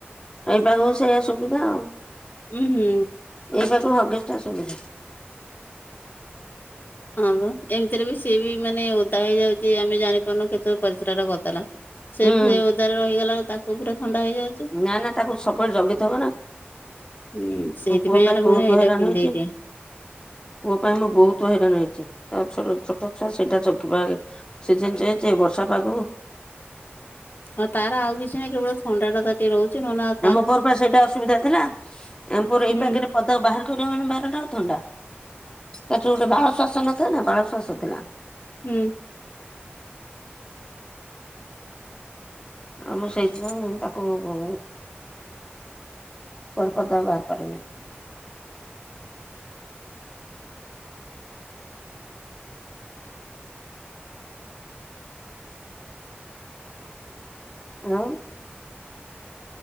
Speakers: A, on the left; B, on the left.
A: ଏଇ ପାଗକୁ ସେଇୟା ସୁବିଧା ଆଉ।
B: ଉଁ ହୁଁ।
A: ଏଇ ପାଗକୁ ହଗସି ଟା ସୁବିଧା।
B: ହଁ ବା ଏମିତିରେ ବି ସିଏ ବି ମାନେ ଓଦା ହେଇଯାଉଛି ଆମେ ଜାଣିପାରୁନୁ କେତେବେଳେ ପରିସ୍ରା ଟା କରିଦେଲା। ସେ
A: ହୁଁ।
B: ଥିରେ ଓଦାରେ ରହିଗଲା ତାକୁ ପୁରା ଥଣ୍ଡା ହେଇଯାଉଛି।
A: ନା ନା ତାକୁ ସବୁବେଳେ ଜଗିଥବ ନା
B: ହୁଁ ସେଇଥିପାଇଁ
A: ମୋ ପୁଅ ପାଇଁ
B: ଏ
A: ବହୁତ
B: ମୋର ଏଇଟା
A: ହଇରାଣ
B: ପିନ୍ଧେଇ
A: ହେଇଛି
B: ଦିଏ।
A: ପୁଅ ପାଇଁ ମୁଁ ବହୁତ ହଇରାଣ ହେଇଛି ଆ ଛୋ ଛୋଟ ଛୁଆ ସେଇଟା ଜଗିବା ସିଜିନ ଚେଞ୍ଜ ଏ ବର୍ଷା ପାଗକୁ
B: ହଁ ତାର ଆଉ କିଛି ନାଇଁ କେବଳ ଥଣ୍ଡା ଟା ତା ଟିକେ ରହୁଛି ନ ହେଲା ଆ
A: ଆମ ପୁଅର ପରା ସେଇଟା ଅସୁବିଧା ଥିଲା। ଆମ ପୁଅ ର ଏଇ
B: ହୁଁ
A: ପାଗରେ ପଦା କୁ ବାହାର କରିବା ମାନେ ବାରଣ୍ଡା ଆଉ ଥଣ୍ଡା। ତାର ଯୋଉଟା ବାଳ ଶ୍ୱାସ ନଥିଲା ନା ବାଳ ଶ୍ୱାସ ଥିଲା।
B: ହୁଁ।
A: ଆଉ ମୁଁ ସେଇଥି ପାଇଁ ତାକୁ ଉ କୁଆଡ଼େ ପଦାକୁ ବାହାର କରେନି। ଆଉ